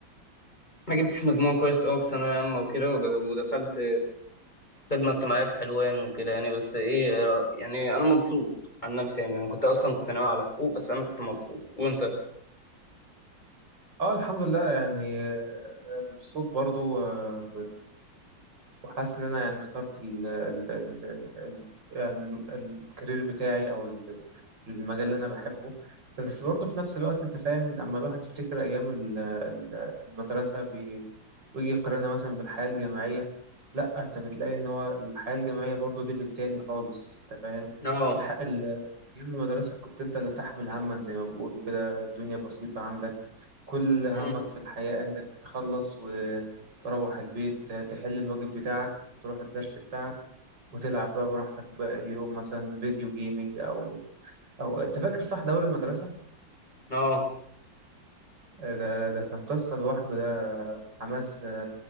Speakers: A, on the left (about 20°); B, on the right (about 65°).
A: ما جبتش مجموع كويس أوي في ثانوية عامة وكده وب- ودخلت خدمة اجتماعية في حلوان وكده يعني بس إيه يعني أنا مبسوط عن نفسي يعني أنا كنت أصلا كنت ناوي على حقوق بس أنا كنت مبسوط وأنت؟
B: اه الحمد لله يعني آه، مبسوط برضو آه، وحاسس ان انا يعني اخترت ال ال ال ال يعني الكارير بتاعي او ال- المجال اللي انا بحبه بس برضه في نفس الوقت انت فاهم لما الواحد يفتكر ايام ال- ال- المدرسه بي- ويجي يقارنها مثلا بالحياه الجامعيه لا انت بتلاقي ان هو الحياه الجامعيه برضه ليفل تاني خالص انت فاهم
A: آه
B: الح- ال- ايام المدرسه كنت انت اللي تحمل هما زي ما بيقولوا كده الدنيا بسيطه عندك كل همك
A: مم.
B: في الحياة إنك تخلص وتروح البيت تحل الواجب بتاعك وتروح الدرس بتاعك وتلعب بقى براحتك بقى اليوم مثلا فيديو جيمينج أو أو أنت فاكر صح دوري المدرسة؟
A: آه
B: ده ده كان قصة لوحده ده حماس